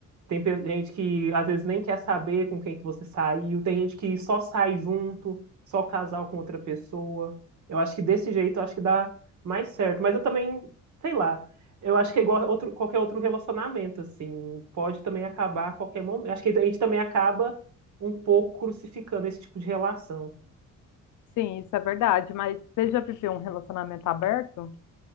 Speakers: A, on the right; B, on the left.
A: Tem pe- gente que às vezes nem quer saber com quem que você saiu, tem gente que só sai junto, só casal com outra pessoa. Eu acho que desse jeito eu acho que dá mais certo. Mas eu também, sei lá, eu acho que é igual outro, qualquer outro relacionamento, assim, pode também acabar a qualquer momento. Acho que a gente também acaba um pouco crucificando esse tipo de relação.
B: Sim, isso é verdade, mas você já viveu um relacionamento aberto?